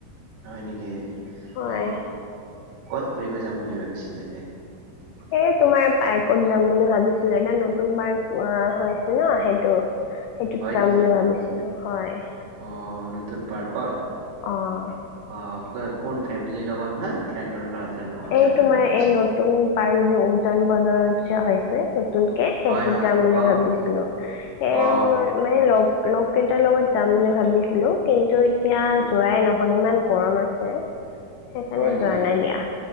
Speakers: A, on the right; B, on the left.
A: হয় নেকি
B: হয়।
A: অ কত ফুৰিব যাম বুলি ভাবিছিলে এনেই <unintelligible>
B: এ তোমাৰ পাৰ্কত যাম বুলি ভাবিছিলো এটা নতুন পাৰ্ক অ হৈ আছে ন সেইটো। সেইটোত
A: হয়
B: যাম
A: নেকি
B: বুলি ভাবিছিলো হয়।
A: অ নতুন পাৰ্কত
B: অ।
A: অহ কোন ফেমিলিৰ লগত না ফ্ৰেণ্ডৰ লগত যাবা
B: এই তোমাৰ
A: বুলি ভাবিছে
B: এই নতুন পাৰ্ক যে উজান বজাৰত যে হৈছে। নতুনকে সেইটোত
A: হয় হয়
B: যাম বুলি
A: অ
B: ভাবিছিলো, সেই
A: অ
B: আৰু মই লগ লগ কেইটাৰ লগত যাম বুলি ভাবিছিলো। কিন্তু এতিয়া
A: উম
B: যোৱাই নহয়। ধৰ ইমান গৰম আছে সেইকাৰণে
A: হয় নেকি
B: যোৱা নাই দিয়া।